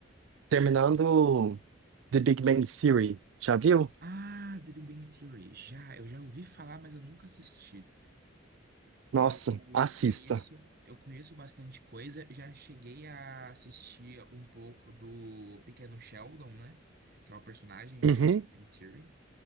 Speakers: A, on the right; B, on the right.
A: terminando The Big Bang Theory, já viu?
B: Ah, The Big Bang Theory. Já, eu já ouvi falar, mas eu nunca assisti.
A: Nossa,
B: Eu
A: assista.
B: conheço, eu conheço bastante coisa. Já cheguei a assistir um pouco do Pequeno Sheldon, né? Que é o personagem de
A: Uhum.
B: Big Bang Theory.